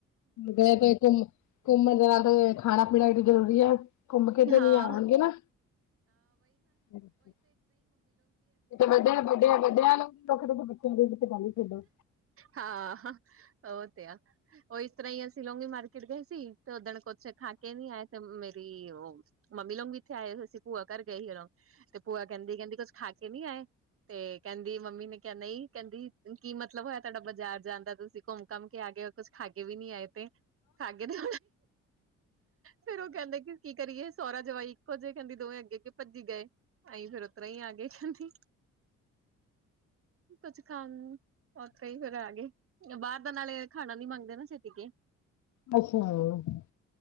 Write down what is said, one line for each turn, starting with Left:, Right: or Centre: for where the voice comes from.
Left: ਗਏ ਤੇ, ਘੁੰਮ-ਘੁੰਮਣ ਜਾਣਾ ਤੇ ਖਾਣਾ-ਪੀਣਾ ਵੀ ਤੇ ਜ਼ਰੂਰੀ ਐ। ਘੁੰਮ ਕੇ ਤੇ
Right: ਹਾਂ
Left: ਨੀ ਆਵਾਣਗੇ ਨਾ। <unintelligible> ਬੱਚਿਆਂ ਦੇ ਵਿੱਚ ਬਾਲੀ ਖੇਡੋ।
Right: ਹਾਂ। ਉਹ ਤੇ ਆ, ਉਹ ਇਸ ਤਰ੍ਹਾਂ ਹੀ ਅਸੀਂ ਲੋਂਗੀ ਮਾਰਕੀਟ ਗਈ ਸੀ। ਤੇ ਉਦਣ ਕੁਛ ਖਾ ਕੇ ਨਈ ਆਏ, ਤੇ ਮੇਰੀ ਉਹ ਮੰਮੀ ਲੋਗ ਵੀ ਇੱਥੇ ਆਏ ਹੋਏ ਸੀ, ਭੂਆ ਘਰ ਗਏ ਸੀ ਜਦੋ। ਤੇ ਭੂਆ ਕਹਿੰਦੀ-ਕਹਿੰਦੀ ਕੁਝ ਖਾ ਕੇ ਨਈ ਆਏ। ਤੇ ਕਹਿੰਦੀ ਮੰਮੀ ਨੇ ਕਿਹਾ ਨਈ ਕਹਿੰਦੀ ਕੀ ਮਤਲਬ ਹੋਇਆ, ਤਾਡਾ ਬਾਜ਼ਾਰ ਜਾਣ ਦਾ ਤੁਸੀਂ ਘੁੰਮ ਘਾਮ ਕੇ ਆ ਕੁੱਛ ਖਾਗੇ ਵੀ ਨੀ ਆਏ ਤੇ, ਖਾਕੇ ਤੇ ਫੇਰ ਉਹ ਕਹਿੰਦੇ ਕਿ ਕੀ ਸੋਹਰਾ ਜਵਾਈ ਇੱਕੋ ਜਏ ਕਹਿੰਦੀ ਦੋਵੇਂ, ਅੱਗੇ ਅੱਗੇ ਭੱਜੀ ਗਏ ਅਸੀਂ ਫੇਰ ਉਤਰਾ ਈ ਆ ਗਏ ਕਹਿੰਦੀ <unintelligible> ਕੁਛ ਖਾਣ ਉੱਥੇ ਈ ਫੇਰ ਆ ਗਏ, ਬਾਹਰ ਦਾ ਨਾਲੇ ਖਾਣਾ ਨੀ ਮੰਗਦੇ ਨਾ ਸ਼ੇਤੀਕੇ।
Left: ਆ <unintelligible>